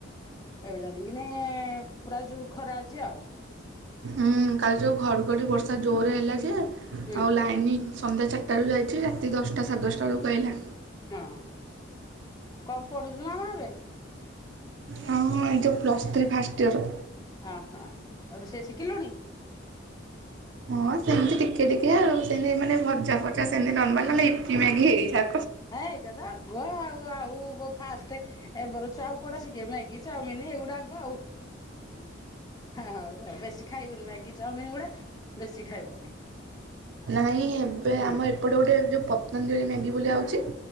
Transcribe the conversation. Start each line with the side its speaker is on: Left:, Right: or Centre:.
Left: ଏବେ ଯା ଯିବିନି ପୁରା ଯୋଉ ଖରା ଆଜି ଆଉ <unintelligible>
Right: ହୁଁ କାଲି ଯୋଉ ଘଡଘଡି ବର୍ଷା ଜୋରରେ ହେଲା ଯେ ଆଉ
Left: ହୁଁ
Right: ଲାଇନି ସନ୍ଧ୍ୟା ଚାରିଟାରୁ ଯାଇଛି ରାତି ଦଶଟା ସାଢ଼େ ଦଶଟା ବେଳକୁ ଆଇଲା।
Left: ହଁ କଣ ପଢ଼ୁଚୁ ମାମା ଏବେ?
Right: ହଁ ହଁ ଏଇ ଯୋଉ ପ୍ଲସ ଥ୍ରୀ ଫାଷ୍ଟ ଇୟର।
Left: ଅ ହଁ ରୋଷେଇ ଶିଖିଲୁଣି?
Right: ହଁ ସେମିତି ଟିକେ ଟିକେ ଆଉ ସେମିତି ମାନେ ଭଜା ଫଜା ସେମିତି ନର୍ମାଲ ମାନେ ଇ ପି ମ୍ୟାଗି ହେଇ ସା
Left: ହଁ ଏଇଟା ତ ଆଗ ଆଉ ଆଉ ବୋ ଫାଷ୍ଟେ ଏବେର ଛୁଆ ଆଉ କଣ ଶିଖିବେ ମ୍ୟାଗି ଚାଉମିନ ଏଇଗୁଡା। ଆଉ ହଉ ଆଉ ବେଶୀ ଖାଇବୁନି ମ୍ୟାଗି ଚାଉମିିନ ଗୁଡା। ବେଶୀ ଖାଇବନି
Right: ନାଇଁ ଏବେ
Left: ହୁଁ
Right: ଆମ ଏପଟେ ଗୋଟେ ଯୋଉ ପତଞ୍ଜଳି ମ୍ୟାଗି ବୋଲି ଆଉଚି